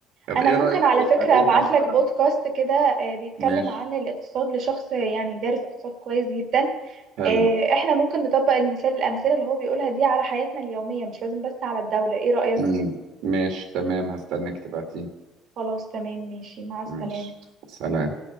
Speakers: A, on the right; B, on the right.
A: طب
B: انا
A: إيه
B: ممكن
A: رأيك
B: على
A: لو اتقابلنا
B: فكرة ابعت
A: مثلا
B: لك بودكاست كده آه، بيتكلم
A: ماشي
B: عن الاقتصاد لشخص يعني دارس اقتصاد كويس جدا
A: حلو
B: آه، احنا ممكن نطبق المثال الأمثلة اللي هو بيقولها دي على حياتنا اليومية مش لازم بس على الدولة ايه رأيك؟
A: مم. ماشي تمام هستناك تبعتيني
B: خلاص تمام ماشي مع السلامة
A: ماشي سلام